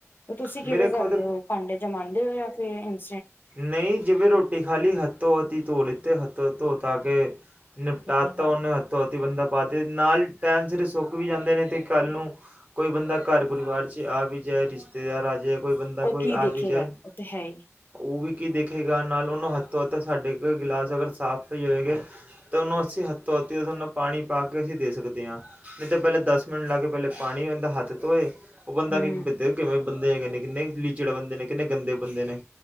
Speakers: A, on the left; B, on the right.
A: ਤੇ ਤੁਸੀਂ ਕਿਵੇਂ
B: ਮੇਰੇ ਖੁਦ
A: ਕਰਦੇ ਹੋ ਪਾਂਡੇ ਜਮਾਨ ਹਮਮ <unintelligible>
B: ਨਹੀਂ ਜਿਵੇਂ ਰੋਟੀ ਖਾਲੀ ਹੱਥੋਂ ਹੱਥ ਈ ਧੋ ਲਿਤੇ ਹੱਥੋਂ ਹੱਥ ਧੋ ਧਾ ਕੇ ਨਿਪਟਾਤਾ
A: ਤੇ ਹੈ
B: ਉਹ ਨੇ ਅਤੀਬੰਦਾਾਂ ਪਾਦੇ ਨਾਲ ਟਾਈਮ ਸਿਰ ਸੁੱਕ ਵੀ ਜਾਂਦੇ ਨੇ ਅਤੇ ਕੱਲ੍ਹ ਨੂੰ ਕੋਈ ਬੰਦਾ ਘਰ ਪਰਿਵਾਰ 'ਚ ਆ ਵੀ ਜਾਏ ਰਿਸ਼ਤੇਦਾਰ ਆ ਜਾਏ ਕੋਈ ਬੰਦਾ
A: ਉਹ
B: ਕੋਈ
A: ਕੀ
B: ਆ
A: ਦੇਖੇਗਾ
B: ਵੀ ਜਾਏ
A: ਉਹ ਤੇ ਹੈ ਹੀ
B: ਉਹ ਵੀ ਕੀ ਦੇਖੇਗਾ ਨਾਲ ਉਹਨੂੰ ਹੱਥ ਧੋਂ ਹੱਥ ਸਾਡੇ ਕੋ ਗਿਲਾਸ ਅਗਰ ਸਾਫ਼ ਹੋਈ ਹੋਵੇਗਾ ਤਾਂ ਉਹਨੂੰ ਅਸੀਂ ਹੱਥੋਂ ਹੱਥਤੇ ਤੁਾਨੂੰ ਪਾਣੀ ਪਾ ਕੇ ਅਸੀਂ ਦੇ ਸਕਦੇ ਹਾਂ ਨਹੀਂ ਤਾਂ ਪਹਿਲਾਂ ਦਸ ਮਿੰਟ ਲੱਗ ਕੇ ਪਹਿਲੇ ਪਾਣੀ ਉਹਦਾ ਹੱਥ ਧੋਏ ਉਹ ਬੰਦਾ
A: ਹਮ
B: ਕਿ ਬਿੱਦ ਕਿਵੇਂ ਬੰਦੇ ਦੇ ਕਿੰਨੇ ਲਿਚੜੇ ਬੰਦੇ ਨੇ ਕਿੰਨੇ ਗੰਦੇ ਬੰਦੇ ਨੇ